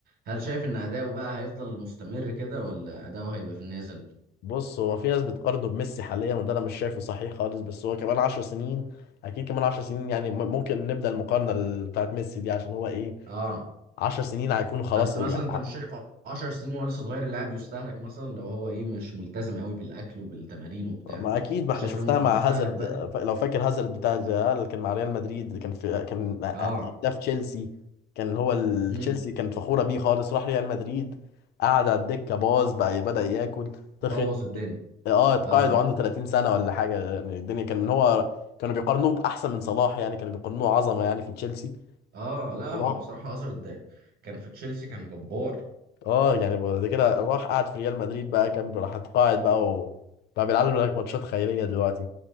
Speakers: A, on the right (about 65°); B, on the left (about 70°).
A: هل شايف ان اداؤه بقى هيفضل مستمر كده ولا اداؤه هيبقى في النازل
B: بص هو في ناس بتقارنه بميسي حاليا وده انا مش شايفه صحيح خالص بس هو كمان عشر سنين اكيد كمان عشر سنين يعني م- ممكن نبدأ المقارنة ال- بتاعت ميسي دي عشان هو ايه
A: اه
B: عشر سنين هيكونوا خلاص
A: بس
B: إيه
A: مثلا انت
B: ع-
A: مش شايف 10 سنين وهو لسه صغير اللاعب يستهلك مثلا لو هو ايه مش ملتزم قوي بالاكل وبالتمارين وبتاع
B: ما اكيد ما
A: مش
B: احنا
A: شايف
B: شفتها
A: لو ممكن
B: مع
A: يستهلك
B: هازارد
A: بدري
B: آه، ف- لو فاكر هازارد بتاع الريال كان مع ريال مدريد كان في كان
A: اه
B: هداف تشيلسي كان هو ال-
A: امم
B: تشيلسي كانت فخورة بيه خالص راح ريال مدريد قعد على الدكة باظ بقى بدأ ياكل تخن
A: بوظ الدنيا
B: اه اتقاعد
A: اه
B: وعنده 30 سنة ولا حاجة يعني الدنيا كان من هو كانوا بيقارنوه بأحسن من صلاح يعني كانوا بيقارنوه عظمة يعني في تشيلسي
A: اه لا
B: الله
A: هو بصراحة عشر دقايق كان في تشيلسي كان جبار
B: اه يعني بعد كده راح قعد في ريال مدريد بقى كان راح اتقاعد بقى وبقى بيلعب لك ماتشات خيرية دلوقتي